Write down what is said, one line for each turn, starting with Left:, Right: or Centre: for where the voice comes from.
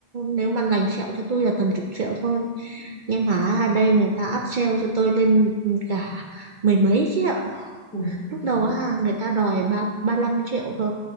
Right: nếu mà lành sẹo cho tôi là tầm chục triệu thôi
Left: ừ.
Right: nhưng mà ở đây người ta up upsell cho tôi lên cả mười mấy triệu
Left: ui
Right: lúc
Left: trời
Right: đầu
Left: ơi
Right: á người ta đòi ba ba lăm triệu cơ